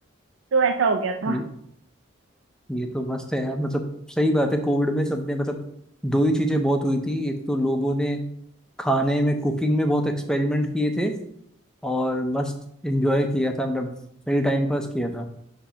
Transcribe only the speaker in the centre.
ये ये तो मस्त है यार मतलब सही बात है कोविड में सबने मतलब दो ही चीजें बहुत हुई थी एक तो लोगों ने खाने में कुकिंग में बहुत एक्सपेरिमेंट किए थे और मस्त एंजॉय किया था मतलब सही टाइम पास किया था